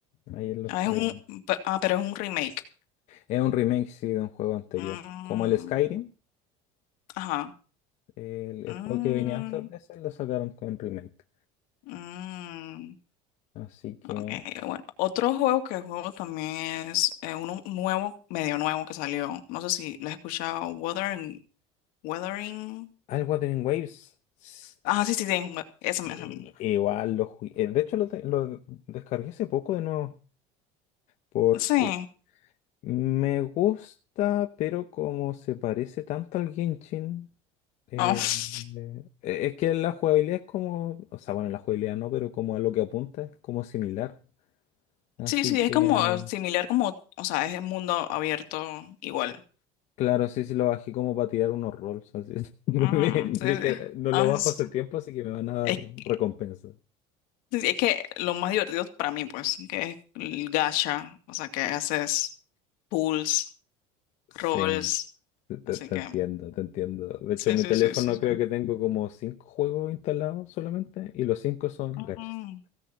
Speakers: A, on the left (about 50°); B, on the left (about 70°).
A: ayer lo
B: ah,
A: estoy
B: es un, pe- ah, pero es un remake.
A: Es un remake, sí, de un juego anterior,
B: Mm,
A: como el Skyrim,
B: ajá.
A: el, el
B: Mm,
A: juego que venía antes de ese, lo sacaron con remake.
B: mm,
A: Así que,
B: ok, bueno. Otro juego que juego también es eh, uno nuevo, medio nuevo que salió. No sé si lo has escuchado. Wuthering. Wuthering.
A: ah, el Wuthering Waves, s-
B: Ajá, sí, sí, sí. ese,
A: sí,
B: ese mismo.
A: igual lo jugué. eh, De hecho, lo, de- lo descargué hace poco de nuevo. porque.
B: Sí.
A: Me gusta, pero como se parece tanto al Genshin, eh,
B: Oh. <laughs>
A: eh, es que la jugabilidad es como, o sea, bueno, la jugabilidad no, pero como a lo que apunta es como similar. Así
B: Sí, sí, es
A: que,
B: como similar como, o sea, es el mundo abierto igual.
A: claro, sí, sí lo bajé como para tirar unos rolls. Así es. <laughs> Dije,
B: Ujú, sí, sí.
A: no
B: Ah,
A: lo bajo
B: Es,
A: hace tiempo, así que me van a dar
B: es que
A: recompensa.
B: sí, es que lo más divertido para mí, pues, que es el gacha, o sea, que haces pulls,
A: Sí,
B: rolls,
A: te, te-
B: así
A: te
B: que,
A: entiendo, te entiendo. De
B: sí,
A: hecho, en mi
B: sí,
A: teléfono
B: sí, sí. sí.
A: creo que tengo como cinco juegos instalados solamente y los cinco son
B: Mm.
A: gachas.